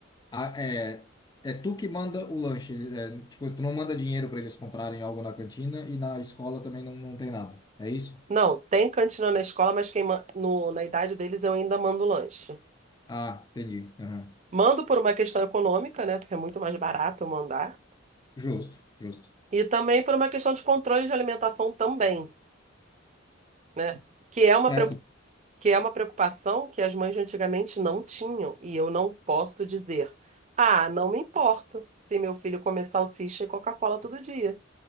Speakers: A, on the left; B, on the right.
A: a- é, é tu que manda o lanche. Eles, é, tipo, tu não manda dinheiro para eles comprarem algo na cantina e na escola também não, não tem nada. É isso?
B: Não, tem cantina na escola, mas quem ma- no, na idade deles eu ainda mando lanche.
A: Ah, entendi. Aham.
B: Mando por uma questão econômica, né? Porque é muito mais barato eu mandar.
A: Justo, justo.
B: E também por uma questão de controle de alimentação também, né? Que é uma
A: É,
B: que é uma preocupação que as mães de antigamente não tinham, e eu não posso dizer, ah, não me importo se meu filho comer salsicha e Coca-Cola todo dia,